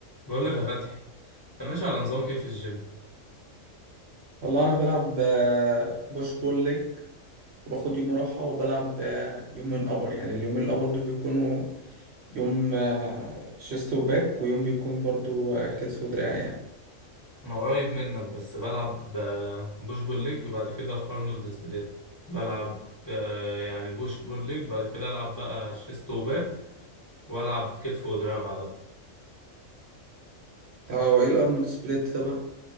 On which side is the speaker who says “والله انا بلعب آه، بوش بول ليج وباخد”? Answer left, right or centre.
Right